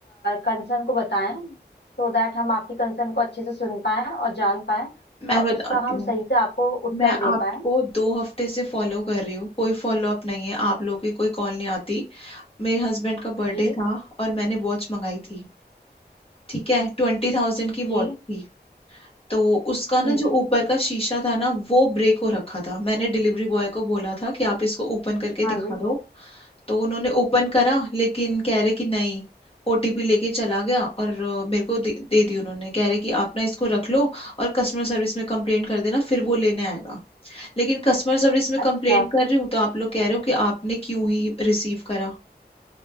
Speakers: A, on the left; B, on the left.
A: कंसर्न को बताएं सो दैट हम आपकी कंसर्न को अच्छे से सुन पाएं और जान पाएं
B: मैं
A: और
B: बताती
A: उसका हम
B: हूँ
A: सही से आपको उत्तर
B: मैं
A: दे
B: आपको
A: पाएं
B: दो हफ्ते से फॉलो कर रही हूँ कोई फॉलो अप नहीं है आप लोगों की कोई कॉल नहीं आती मेरे हस्बैंड का बर्थडे
A: जी
B: था और मैंने वॉच मंगाई थी ठीक है ट्वेंटी थाउजेंड की वॉच
A: जी
B: थी तो उसका ना
A: जी
B: जो
A: जी
B: ऊपर का शीशा था ना वो ब्रेक हो रखा था मैंने डिलीवरी बॉय को बोला था कि आप इसको ओपन करके
A: हाँ
B: दिखा
A: जी
B: दो तो उन्होंने ओपन करा लेकिन कह रहे कि नहीं ओटीपी लेके चला गया और अ, मेरे को दे, दे दी उन्होंने कह रहे कि आप ना इसको रख लो और कस्टमर सर्विस में कंप्लेंट कर देना फिर वो लेने आएगा लेकिन कस्टमर सर्विस में
A: अच्छा
B: कंप्लेंट कर रही हूँ तो आप लोग कह रहे हो कि आपने क्यों ही रिसीव करा